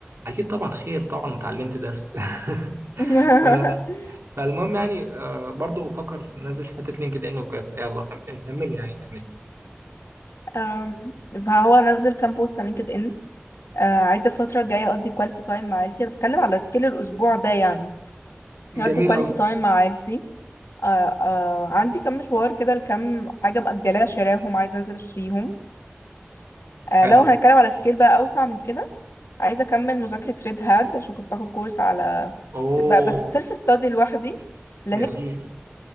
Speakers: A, on the right; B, on the left.
A: اكيد طبعا خير طبعا اتعلمت درس <laughs>
B: <laughs>
A: ف فالمهم يعني آه برضه بفكر نزل حته لينكد ان وكده يلا كم- آه، كملي يعني كملي
B: أم، فهو نزل كام بوست على لينكد ان آه عايزه الفتره الجايه اقضي كواليتي تايم مع عيلتي انا بتكلم على سكيل الاسبوع ده يعني اقضي
A: جميل
B: كواليتي
A: قوي
B: تايم مع عيلتي آه آه عندي كام مشوار كده لكام حاجه مأجلاه شراهم عايزه انزل اشتريهم آه
A: حلو
B: لو هنتكلم على سكيل بقى اوسع من كده عايزه اكمل مذاكره ريد هاد عشان كنت باخد كورس على
A: اوه
B: ب- بس سيلف ستادي لوحدي لينكس
A: جميل